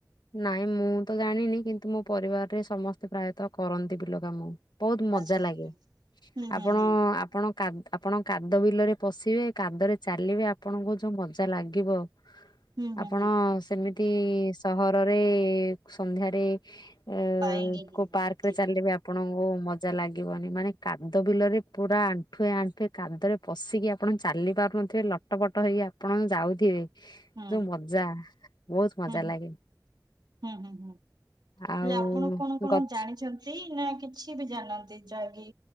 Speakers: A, on the left; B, on the right.
A: ନାଇଁ ମୁଁ ତ ଜାଣିନି କିନ୍ତୁ ମୋ ପରିବାରରେ ସମସ୍ତେ ପ୍ରାୟତଃ କରନ୍ତି ବିଲ କାମ ବହୁତ ମଜା
B: ଆଚ୍ଛା
A: ଲାଗେ
B: ଆଚ୍ଛା ହୁଁ ହୁଁ
A: ଆପଣ
B: ହୁଁ
A: ଆପଣ କା ଆପଣ କାଦ ବିଲରେ ପଶିବେ କାଦରେ ଚାଲିବେ ଆପଣଙ୍କୁ ଯେଉଁ ମଜା ଲାଗିବ
B: ହୁଁ ହୁଁ
A: ଆପଣ
B: ହୁଁ
A: ସେମିତି ସହରରେ ସନ୍ଧ୍ୟାରେ ଏ
B: ପାଇନି
A: ଉ
B: ହିଁ
A: କୋଉ
B: ମୁଁ
A: ପାର୍କରେ
B: ଏଠି
A: ଚାଲିବେ ଆପ୍ ଆପଣଙ୍କୁ ମଜା ଲାଗିବନି। ମାନେ କାଦ ବିଲରେ ପୁରା ଆଣ୍ଠୁଏ ଆଣ୍ଠୁଏ କାଦରେ ପଶିକି ଆପଣ ଚାଲି ପାରୁନଥିବେ, ଲଟପଟ ହେଇକି ଆପଣ ଯାଉଥିବେ,
B: ହୁଁ
A: ଯୋଉ ମଜା ବହୁତ ମଜା
B: ହୁଁ, ହୁଁ,
A: ଲାଗେ
B: ହୁଁ, ହୁଁ, ହୁଁ।
A: ଆଉ
B: ହେଲେ ଆପଣ କଣ କଣ
A: ଗଛ
B: ଜାଣିଚ ଚନ୍ତି, ନା କିଛି ବି ଜାଣିନାହାଁନ୍ତି, ଯାହାକି